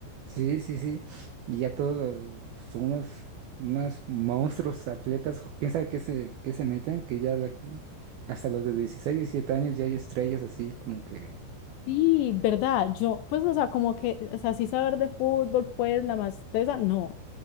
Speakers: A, on the right; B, on the left.
A: sí, sí, sí. Y ya todos son unos, unos monstruos atletas, quién sabe qué se, qué se meten, que ya la- hasta los de 16 17 años ya hay estrellas así como que...
B: Sí, verdad, yo, pues, o sea, como que, o sea, sí saber de fútbol, pues, la más tesa, no,